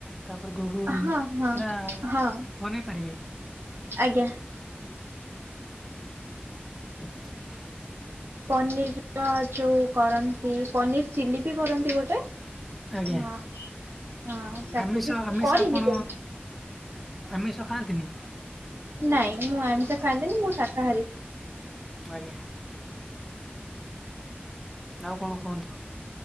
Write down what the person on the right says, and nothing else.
ହଁ ହଁ
ହଁ
ଆଜ୍ଞା।
ପନିର୍ ତ ଯୋଉ କରନ୍ତି, ପନିର ଚିଲି ବି କରନ୍ତି ଗୋଟେ
ହଁ। ହଁ ତାକୁ
ବି,
କରିନି
କୋ
ନାଇଁ, ମୁଁ ଆମିଷ ଖାଆନ୍ତିନି, ମୁଁ ଶାକାହାରି।